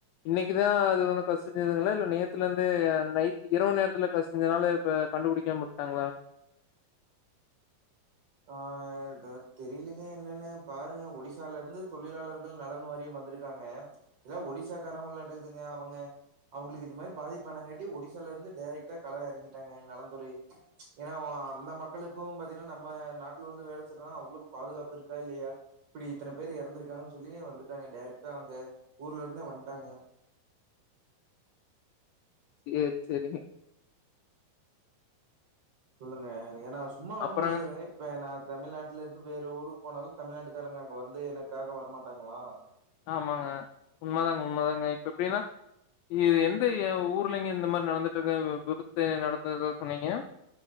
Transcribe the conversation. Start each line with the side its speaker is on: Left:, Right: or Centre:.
Left: இன்னிக்குதா அது ஃபஸ்ட் டேவுங்களா அது நேத்துலருந்தே அத் இரவு நேரத்துல கசிஞ்சதுனால இப்ப கண்டுபிடிக்காமா உட்டாங்காளா
Right: அ ஆத் தெரிலங்க என்னனு பாருங்க ஓடிசாலருந்து தொழிலாழர்கள் நலன் வாரியம் வந்துருக்கங்கா இல ஒடிசாகர்லட்டுதுங்கா அவங்காளுக்கு இது மாறி பாதி பணக்காட்டி ஒடிசாலாருந்து டெரக்ட்டா கள எரங்கிட்டாங்கா நலந்துறை ஏனா அந்த மக்களுக்கு நம்ப நாட்டுக்கு வந்து வேல செய்னுனா அவங்களுக்கு பாதுக்காப்பு இருக்கா இல்லையா இப்படி இத்தன பேரு எறந்துருக்காங்கன் சொல்லி வந்துட்டாங்க டெரக்ட்டாஅங்க ஊர்லந்தே வன்ட்டாங்க
Left: இஏ சேரிங்க
Right: சொல்லுங்க என்னா சும்மா உட
Left: அப்புறங்க
Right: முடியாதுல்லங்க இப்ப நா தமிழ் நாட்டுலருந்து வேற ஊருக்கு போனாலு தமிழ் நாட்டுக்காரங்க அங்க வந்து எனக்காகா வரமாட்டாங்காளா
Left: ஆமாங்க உன்மதாங்கா உன்மதாங்கா இப்ப எப்டினா இது எந்த ஊர்லங்க இந்த மாரி நடந்துற்றுக்கு விபத்து நடந்தத சொன்னீங்க